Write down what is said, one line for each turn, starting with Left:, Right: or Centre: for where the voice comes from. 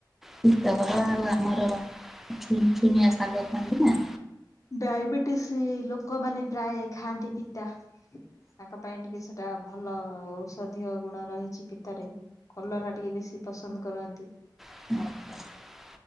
Centre: ହିତକର ଆଉ ଆମର ଛୁନୁଛୁନିଆ ଶାଗ ଖଆନ୍ତି ନା
Left: ଡାଇବେଟିସ ଲୋକମାନେ ପ୍ରାୟ ଖାଆନ୍ତି ପିତା। ତାଙ୍କ ପାଇଁ ଟିକେ ସେ ଟା ଭଲ ଔଷଧୀୟ ଗୁଣ ରହିଛି ପିତାରେ। କଲରା ଟିକେ ବେଶୀ ପସନ୍ଦ କରନ୍ତି।
Centre: <unintelligible>